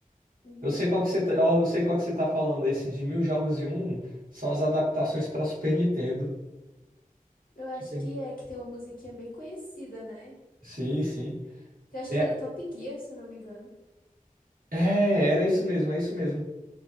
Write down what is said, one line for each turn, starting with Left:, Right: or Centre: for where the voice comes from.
Left: Uhum.
Right: Eu sei qual que você tá, ó, eu sei qual que você tá falando, esse de mil jogos e um são as adaptações pra Super Nintendo.
Left: Eu acho
Right: Super-
Left: que é, que tem uma musiquinha bem conhecida, né?
Right: Sim, sim.
Left: Que eu acho
Right: É,
Left: que é do Top Gear, se eu não me engano.
Right: é, era isso mesmo, é isso mesmo.